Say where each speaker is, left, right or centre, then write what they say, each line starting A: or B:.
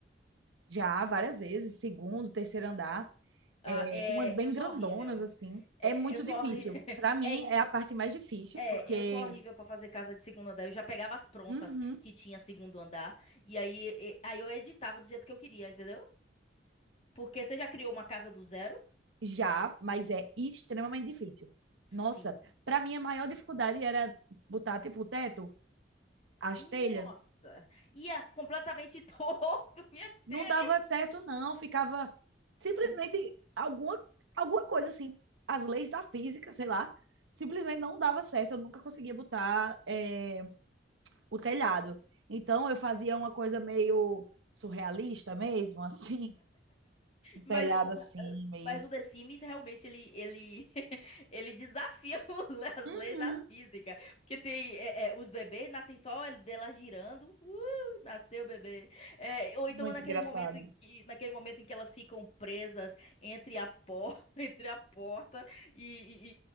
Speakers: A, on the right; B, on the left.
A: Já, várias vezes, segundo, terceiro andar.
B: Ah,
A: É,
B: é,
A: umas bem
B: eu sou
A: grandonas,
B: horrível.
A: assim.
B: É,
A: É muito
B: eu sou
A: difícil.
B: horrível. <laughs>
A: Pra mim,
B: É isso.
A: é a parte mais difícil,
B: É,
A: porque
B: eu sou horrível pra fazer casa de segundo andar. Eu já pegava as prontas
A: Uhum.
B: que tinha segundo andar. E aí, e- aí eu editava do jeito que eu queria, entendeu? Porque você já criou uma casa do zero?
A: já, mas é extremamente difícil. Nossa,
B: Sim.
A: pra mim a maior dificuldade era botar, tipo, o teto, as
B: Nossa!
A: telhas,
B: Ia completamente <laughs> torto, minha
A: Não
B: telha.
A: dava certo, não. Ficava simplesmente alguma, alguma coisa assim. As leis da física, sei lá, simplesmente não dava certo. Eu nunca conseguia botar é, o telhado. Então eu fazia uma coisa meio surrealista mesmo, assim, um telhado
B: Mas o,
A: assim, meio.
B: mas o The Sims realmente ele, ele, <laughs> ele desafia <laughs> as
A: Uhum.
B: leis da física. Porque tem é, é, os bebês nascem só ele- dela girando. Uh, nasceu o bebê. É, ou então
A: Muito
B: naquele
A: engraçado.
B: momento em que, naquele momento em que elas ficam presas entre a, por, <laughs> entre a porta e, e,